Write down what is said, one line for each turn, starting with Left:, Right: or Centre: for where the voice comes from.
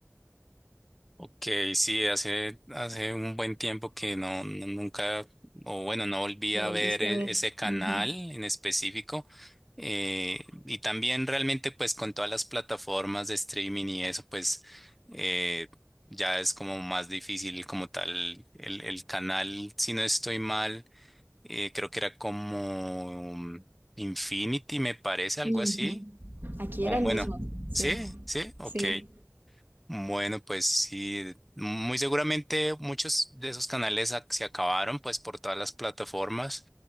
Centre: Ok, sí, hace, hace un buen tiempo que no, no- nunca, o bueno, no volví
Right: Lo
Centre: a
Right: volviste
Centre: ver e-
Right: a ver.
Centre: ese canal
Right: Ujú,
Centre: en específico. Eh, y también realmente pues con todas las plataformas de streaming y eso, pues eh, ya es como más difícil como tal el, el canal, si no estoy mal, eh, creo que era como mm, Infinity, me parece, algo
Right: ujú.
Centre: así.
Right: Aquí
Centre: O
Right: era el
Centre: bueno,
Right: mismo, sí,
Centre: sí, sí, ok.
Right: sí,
Centre: Bueno, pues sí, muy seguramente muchos de esos canales ac- se acabaron pues por todas las plataformas,